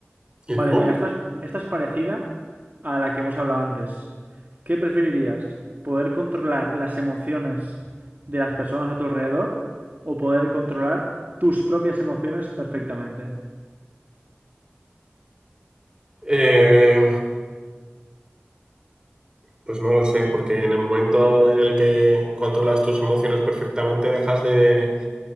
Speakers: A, on the right (about 20°); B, on the right (about 45°).
A: ¿Y
B: Vale,
A: tú?
B: mira, esta es, esta es parecida a la que hemos hablado antes. ¿Qué preferirías? ¿Poder controlar las emociones de las personas a tu alrededor o poder controlar tus propias emociones perfectamente?
A: Eh, pues no lo sé, porque en el momento en el que controlas tus emociones perfectamente, dejas de,